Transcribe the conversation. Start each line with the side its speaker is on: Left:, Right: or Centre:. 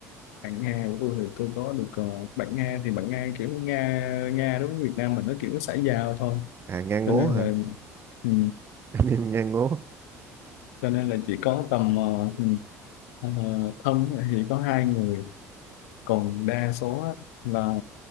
Left: bạn Nga của tôi thì tôi có được ờ, bạn Nga thì bạn Nga kiểu Nga Nga đối với Việt Nam mình nó kiểu nó xã giao thôi
Right: à Nga ngố
Left: cho nên
Right: hả
Left: là
Right: <laughs>
Left: ừ.
Right: anh em Nga ngố
Left: cho nên là chỉ có tầm ờ, ờ, thân thì có hai người còn đa số á, là